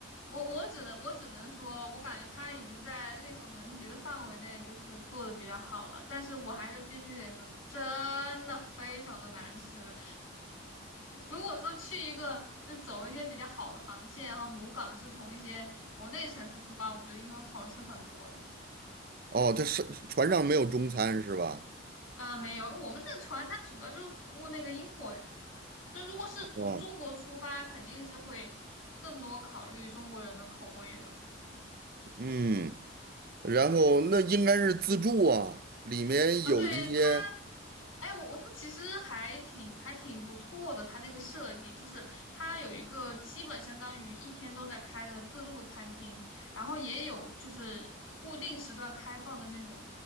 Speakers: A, on the left (about 90°); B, on the right (about 45°).
A: 我我只能我只能说，我感觉他已经在力所能及的范围内，就是做的比较好了。但是我还是必须得说，真的非常的难吃。如果说去一个就走一些比较好的航线，然后母港是从一些国内城市出发，我觉得应该会好吃很多的。
B: 哦，它是船上没有中餐是吧？
A: 啊，没有，我们那个船它主要就是服务那个英国人嘛。就如果是从中国出发，
B: 哦，
A: 肯定是会更多考虑中国人的口味的。
B: 嗯。然后那应该是自助啊，里面有一些
A: 啊，对它，哎，我我它其实还挺还挺不错的，它那个设计就是它有一个基本相当于一天都在开的自助餐厅，然后也有就是固定时段开放的那种，